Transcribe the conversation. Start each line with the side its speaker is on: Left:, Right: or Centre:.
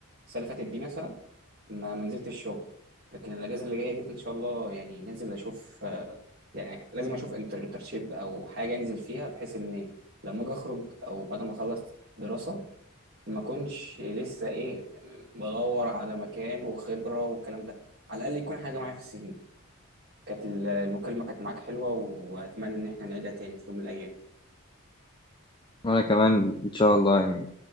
Right: السنه اللي فاتت دي مثلا ما ما نزلتش الشغل لكن الاجازه اللي جايه دي ان شاء الله يعني ننزل اشوف آه، يعني لازم اشوف انتر انترشيب او حاجه انزل فيها بحيث ان لما اجي اخرج او بعد ما اخلص دراسه ما اكونش لسه ايه بدور على مكان وخبره والكلام ده على الاقل يكون حاجه معايا في السي في كانت ال- المكالمة كانت معاك حلوة وأتمنى إن احنا نعيدها تاني في يوم من الأيام
Left: وانا كمان ان شاء الله يعني